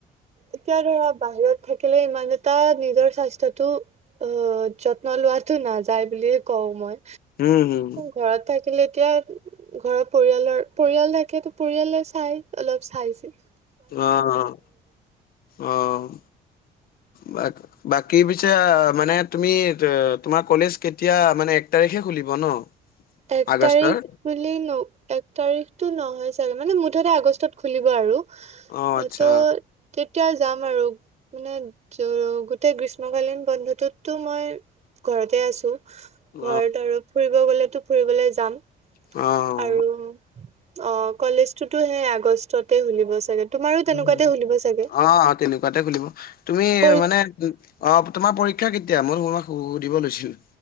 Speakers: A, on the right; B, on the left.
A: এতিয়া ধৰা বাহিৰত থাকিলে ইমান এটা নিজৰ স্বাস্থ্যটো অ যত্ন লোৱাটো নাযায় বুলিয়ে কওঁ মই।
B: উম, হম।
A: ঘৰত থাকিলে এতিয়া ঘৰৰ পৰিয়ালৰ, পৰিয়াল থাকিলে তো পৰিয়ালে চাই অলপ চাইছিল
B: অ', অ', অ', বাৰু। বাকী পিছে মানে তুমি ত তোমাৰ কলেজ কেতিয়া মানে এক তাৰিখে খুলিব ন?
A: এক
B: আগষ্টৰ
A: তাৰিখ বুলি এক তাৰিখতটো নহয় চাগে মানে মুঠতে আগষ্টত খুলিব আৰু। ত'
B: অ আচ্ছা
A: তেতিয়া যাম আৰু। মানে গোটেই গ্ৰীষ্মকালীন বন্ধটোতো মই ঘৰতে আছোঁ,
B: অ
A: ঘৰত আৰু ফুৰিব গলেতো ফুৰিবলৈ যাম।
B: অ', অ'।
A: আৰু অ', কলেজতটোতো সেই আগষ্টতে খুলিব চাগে। তোমাৰো তেনেকুৱাতে
B: উম
A: খুলিব চাগে।
B: অ তেনেকুৱাতে খুলিব। তুমি
A: পৰি
B: মানে অ', তোমাৰ পৰীক্ষা কেতিয়া, মই তোমাক সুধিব লৈছিলোঁ?